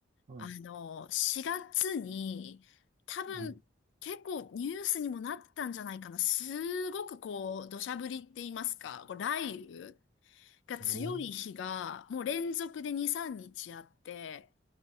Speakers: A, on the right; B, on the left.
A: はい。
B: あの、4月に、多分、
A: はい。
B: 結構ニュースにもなってたんじゃないかな。すごくこう、土砂降りって言いますか、こう雷雨。が強い日がもう連続で2、
A: えー、
B: 3日あって、